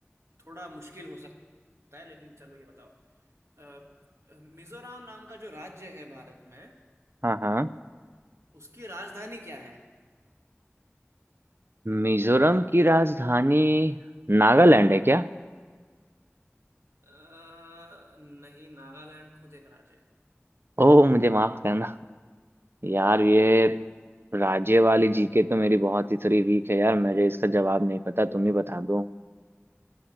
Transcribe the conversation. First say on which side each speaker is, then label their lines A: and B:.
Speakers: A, on the right; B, on the right.
A: थोड़ा मुश्किल हो सकता है लेकिन चलो ये बताओ अ, मिजोरम नाम का जो राज्य है भारत में
B: हाँ हाँ
A: उसकी राजधानी क्या है
B: मिजोरम की राजधानी नागालैंड है क्या
A: अ, नहीं नागालैंड खुद एक राज्य है
B: ओह मुझे माफ करना यार ये राज्य वाली जीके तो मेरी बहुत ही थोड़ी वीक है यार मुझे इसका जवाब नहीं पता तुम ही बता दो